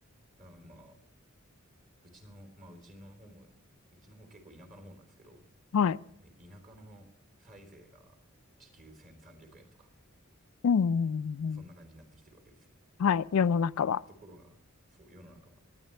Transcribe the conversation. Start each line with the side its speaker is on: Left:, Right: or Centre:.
Right: だから今、うちの、まあうちの方も、うちの方結構田舎の方なんですけど、
Left: はい。
Right: ね田舎の歳税が時給1300円とか、
Left: うんうんうんうん
Right: そんな感じになってきてるわけですよ。
Left: はい、世の中は。
Right: ところが、そう、世の中は。